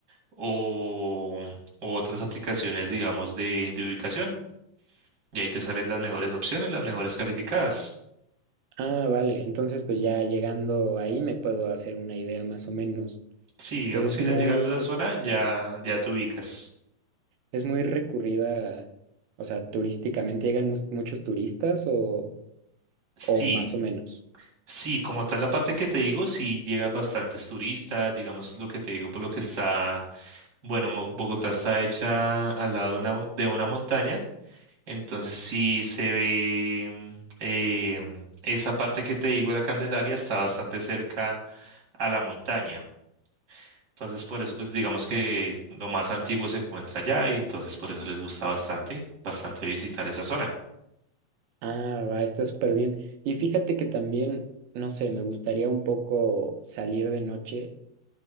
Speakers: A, on the right; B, on the right.
A: o, o otras aplicaciones, digamos, de, de ubicación. Y ahí te salen las mejores opciones, las mejores calificadas.
B: Ah, vale, entonces pues ya llegando ahí me puedo hacer una idea más o menos.
A: Sí, digamos
B: Es
A: que
B: muy,
A: ya llegando a la zona, ya, ya te ubicas.
B: Es muy recurrida, o sea, turísticamente llegan mus- muchos turistas o,
A: Sí.
B: o más o menos.
A: Sí, como tal la parte que te digo, sí llegan bastantes turistas, digamos lo que te digo, por lo que está Bueno, Mo- Bogotá está hecha al lado de una, bo- de una montaña, entonces sí se ve em, esa parte que te digo, la Candelaria, está bastante cerca a la montaña. Entonces por eso pues digamos que lo más antiguo se encuentra allá y entonces por eso les gusta bastante, bastante visitar esa zona.
B: Ah, va, está súper bien. Y fíjate que también, no sé, me gustaría un poco salir de noche.